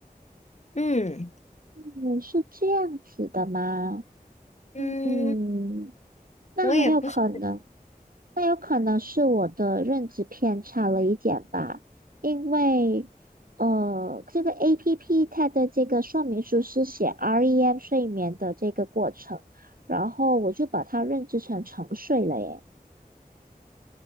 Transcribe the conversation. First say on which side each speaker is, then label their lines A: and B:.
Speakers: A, on the left; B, on the right.
A: 嗯
B: 嗯，是这样子的吗？
A: 嗯，
B: 嗯，那很有可能
A: 我也不是。
B: 那有可能是我的认知偏差了一点吧，因为呃，这个 APP 它的这个说明书是写 REM 睡眠的这个过程，然后我就把它认知成沉睡了耶。